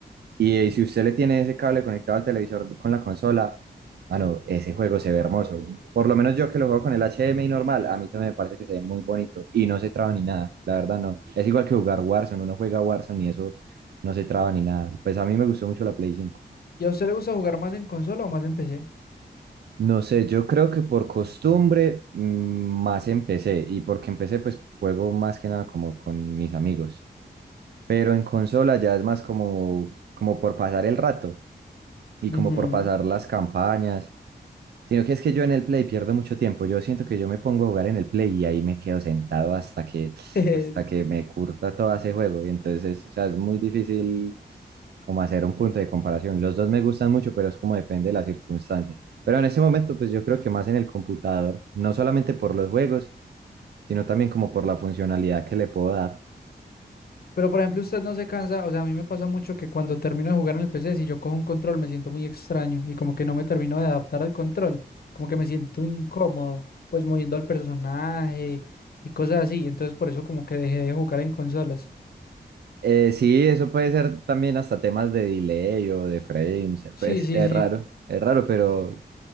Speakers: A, on the right; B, on the left.
A: Y eh, si usted le tiene ese cable conectado al televisor con la consola, mano, ese juego se ve hermoso. Por lo menos yo que lo juego con el H D M HDMI normal, a mí también me parece que se ve muy bonito y no se traba ni nada, la verdad no. Es igual que jugar Warzone, uno juega Warzone y eso no se traba ni nada. Pues a mí me gustó mucho la Play cinco
B: ¿Y a usted le gusta jugar más en consola o más en PC?
A: No sé, yo creo que por costumbre mm, más empecé y porque empecé pues juego más que nada como con mis amigos. Pero en consola ya es más como, como por pasar el rato y
B: Ujú.
A: como por pasar las campañas Sino que es que yo en el Play pierdo mucho tiempo. Yo siento que yo me pongo a jugar en el Play y ahí me quedo sentado hasta que,
B: <laughs>
A: hasta que me curta todo ese juego. Y entonces, o sea, es muy difícil como hacer un punto de comparación. Los dos me gustan mucho, pero es como depende de la circunstancia. Pero en ese momento, pues yo creo que más en el computador, no solamente por los juegos, sino también como por la funcionalidad que le puedo dar.
B: Pero por ejemplo, usted no se cansa, o sea, a mí me pasa mucho que cuando termino de jugar en el PC, si yo cojo un control me siento muy extraño y como que no me termino de adaptar al control, como que me siento incómodo, pues moviendo al personaje y cosas así, entonces por eso como que dejé de jugar en consolas.
A: Eh, sí, eso puede ser también hasta temas de delay o de frames.
B: Sí,
A: Pues
B: sí,
A: es
B: sí.
A: raro, es raro, pero